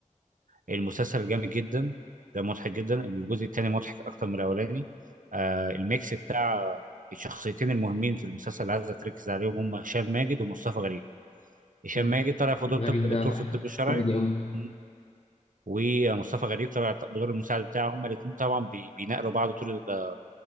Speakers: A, on the right (about 75°); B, on the left (about 45°).
A: المسلسل جامد جدا ده مضحك جدا الجزء الثاني مضحك اكتر من الاولاني آه الميكس بتاع الشخصيتين المهمين في المسلسل اللي عايز تركز عليهم هم هشام ماجد ومصطفى غريب هشام
B: ايوه
A: ماجد طلع في دور
B: غريب
A: طب دكتور
B: ده تحفه
A: في الطب الشرعي
B: كوميدي قوي
A: مم. ومصطفى غريب طلع بدور المساعد بتاعه هما الاثنين طبعا بي- بيناقلوا بعض طول ال-